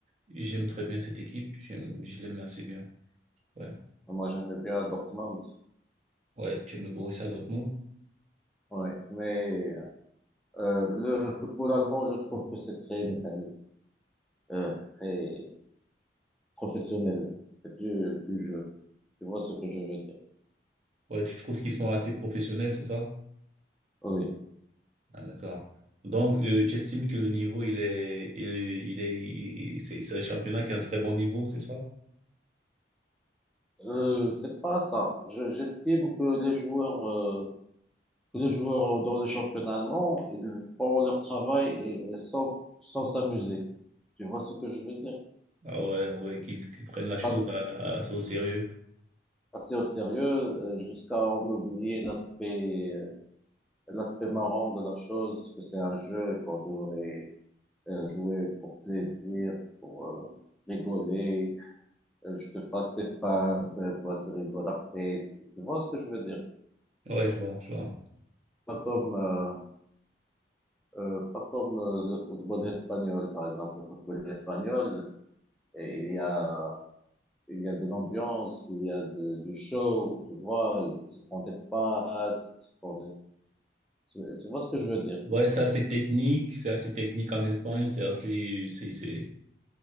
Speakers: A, on the right (about 40°); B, in the centre.
A: J'aime très bien cette équipe. J'aime, je l'aime assez bien. Ouais.
B: Moi, j'aime bien Dortmund.
A: Ouais, tu aimes le Borussia Dortmund?
B: Ouais. Mais euh, le football allemand, je trouve que c'est très mécanique. Euh, c'est très professionnel. C'est plus du jeu. Tu vois ce que je veux dire?
A: Ouais, tu trouves qu'ils sont assez professionnels, c'est ça?
B: Oui.
A: Ah, d'accord. Donc, euh, tu estimes que le niveau, il est, il, il est, il- il- c'est c'est un championnat qui a un très bon niveau, c'est ça?
B: Euh, c'est pas ça. Je, j'estime que les joueurs, euh, que les joueurs dans le championnat allemand, ils font leur travail et, et sans, sans s'amuser. Tu vois ce que je veux dire?
A: Ah ouais, ouais, qu'ils qu'ils prennent la chose
B: Pas que-
A: à- à- assez au sérieux.
B: assez au sérieux, euh, jusqu'à en oublier l'aspect, euh, l'aspect marrant de la chose, que c'est un jeu et qu'on devrait euh, jouer pour plaisir, pour euh, rigoler euh, je te fasse des feintes, euh, toi tu rigoles après. C'est- Tu vois ce que je veux dire?
A: Ouais, je vois, je vois.
B: Pas comme, euh, euh, pas comme euh, le football espagnol, par exemple. Le football espagnol, et il y a, il y a de l'ambiance, il y a de, du show, tu vois. Ils se font des passes, ils se font des- Tu tu vois ce que je veux dire?
A: Ouais, c'est assez technique, c'est assez technique en Espagne, c'est assez, c'est, c'est,